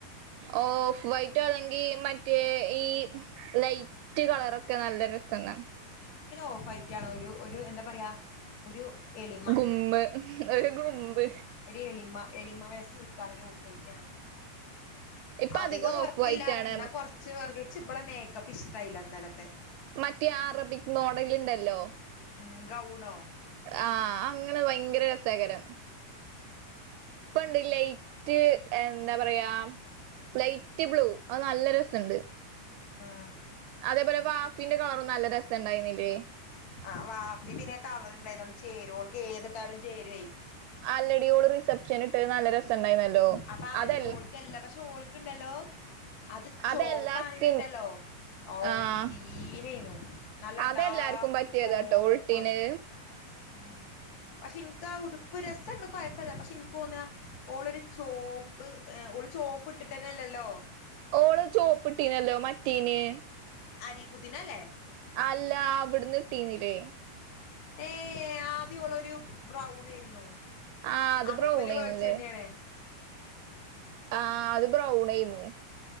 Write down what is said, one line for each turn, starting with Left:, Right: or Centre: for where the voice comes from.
Right: ഓഫ് വൈറ്റോ അല്ലെങ്കിൽ മറ്റേ ഈ ലൈറ്റ് കളറൊക്കെ ക്കെ നല്ലരസണ്ടാവും
Left: ഓഫ് വൈറ്റാണ്ണ് എന്താ പറയാ ഒരു എളിമ
Right: ഗുമ്മ് ഒരു ഗുമ്മ്
Left: ഒരു എളിമ എളിമ വയസ്സാ നിക്കാഹിന് ഓഫ് വൈറ്റാണ്
Right: ഇപ്പൊ
Left: അധികം വർക്ക്
Right: ഓഫ് വൈറ്റ്
Left: ഇല്ലാതന്ന
Right: ആണ്
Left: കൊറച്ച് വർക്ക് ഇവളെ മേക്കപ്പ് ഇഷ്ടായില്ല ഇന്നലത്തെ
Right: മറ്റേ അറബിക് മോഡല് ഇണ്ടല്ലോ
Left: ഉം ഗൗണോ
Right: ആഹ് അങ്ങനെ ഭയങ്കര രസൈകാരം ഇപ്പ ഇണ്ട് ലൈറ്റ് എന്താ പറയാ ലൈറ്റ് ബ്ലൂ അത് നല്ലൊരു ര സണ്ട്
Left: ആഹ്
Right: അതേപോലെ വാഫിന്റെ കളറും നല്ല രസണ്ടായിരുന്നില്ലേ
Left: ആ വാഫി പിന്നെ കളർണ്ടായതുകൊണ്ട് ചേരു ക് ഏതിട്ടാലും ചേരു ഏ
Right: ആല്ലടിയോട് റിസപ്ഷൻ ഇട്ട നല്ല രസം ണ്ടായിന്നല്ലോ
Left: അപ്പൊ അതന്നെ
Right: അതല്ലേ
Left: ഓൾക്കല്ല പക്ഷെ ഓൾക്ക്ണ്ടല്ലോ അത്
Right: അതെല്ലാ
Left: ചോപ്പാണെങ്കി
Right: സ്കിൻ
Left: ഉണ്ടല്ലോ ഔ
Right: ആഹ്
Left: സീനയിന്നു നല്ല
Right: അതെല്ലാർക്കും
Left: ഡാർക്ക്
Right: പറ്റിയതാട്ടോ
Left: ചോപ്പ്
Right: ഓളിട്ടീന്
Left: ഉം പക്ഷെ എനിക്ക് ആ ഉടുപ്പ് രസം ഇണ്ട് കുഴപ്പില്ല പക്ഷെ എനിക്ക് തോന്ന ഓളൊരു ചോപ്പ് ഓള് ചോപ്പ് ഇട്ടിട്ടന്നെല്ലല്ലോ
Right: ഓള് ചോപ്പിട്ടീനല്ലോ മറ്റീന്
Left: അരി കുത്തിന് അല്ലേ
Right: അല്ല അവിട്ന്ന് ഇട്ടീന്നില്ലേ
Left: ഏഏ ആദ്യം ഓളൊരു ബ്രൗൺ ആയിരുന്നു
Right: ആഹ്
Left: അത്
Right: ബ്രൗണേന്നുല്ലേ
Left: ഇബല് മേടിച്ച തന്നെയണേ
Right: ആഹ് അത് ബ്രൗണേന്നു